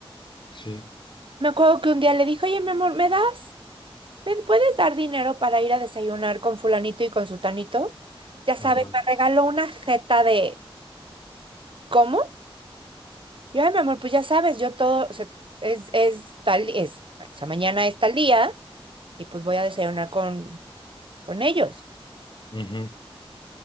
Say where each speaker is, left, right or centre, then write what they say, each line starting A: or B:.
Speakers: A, on the left; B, on the right.
A: Sí,
B: Me acuerdo que un día le dije, oye, mi amor, ¿me das? ¿Me puedes dar dinero para ir a desayunar con fulanito y con sultanito? Ya sabes,
A: ajá,
B: me regaló una jeta de... ¿Cómo? Yo, ay, mi amor, pues ya sabes, yo todo, o sea, es, es tal, es, o sea, mañana es tal día y pues voy a desayunar con, con ellos.
A: ujú,